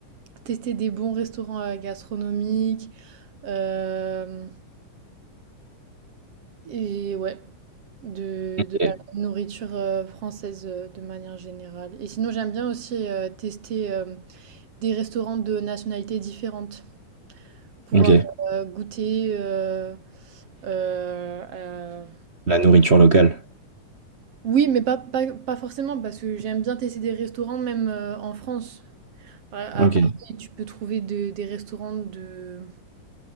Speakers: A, on the right (about 50°); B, on the right (about 35°).
A: tester des bons restaurants euh, gastronomiques euh, et ouais, de,
B: Ok.
A: de la nourriture euh, française euh, de manière générale. Et sinon, j'aime bien aussi euh, tester euh, des restaurants de nationalités différentes, pouvoir
B: Ok.
A: euh, goûter. euh, euh, euh,
B: La nourriture locale.
A: Oui, mais pas, pas, pas forcément, parce que j'aime bien tester des restaurants même euh, en France. Par-
B: Ok.
A: À Paris, tu peux trouver de- des restaurants de